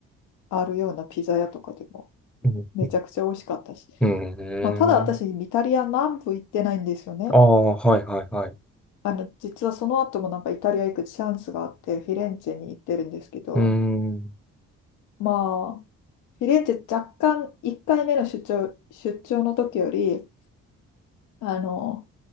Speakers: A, on the left; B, in the centre.
A: あるようなピザ屋とかでも
B: うん、
A: めちゃくちゃ美味しかったし、
B: うん。うん
A: まあ、ただ私イタリア南部行ってないんですよね。
B: ああ、はいはいはい。
A: あの、実はその後もなんかイタリア行くチャンスがあって、フィレンツェに行ってるんですけど、
B: うん、
A: まあ、フィレンツェ若干1回目の出張、出張の時より、あの、